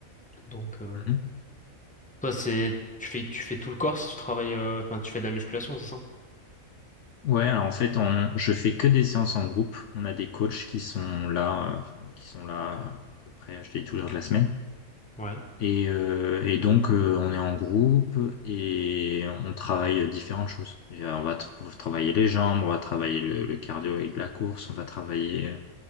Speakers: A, in the centre; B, on the left (about 65°).
A: Donc, euh,
B: Mhm.
A: Toi, c'est tu fais tu fais tout le corps si tu travailles euh, enfin tu fais de la musculation, c'est ça?
B: Ouais, alors en fait, on, je fais que des séances en groupe. On a des coachs qui sont là, euh, enfin, qui sont là à peu près, à dis tous les jours de la semaine.
A: Ouais.
B: Et, euh, et donc, euh, on est en groupe et on travaille différentes choses. Et, euh, on va t- on travailler les jambes, on va travailler le, le cardio avec de la course, on va travailler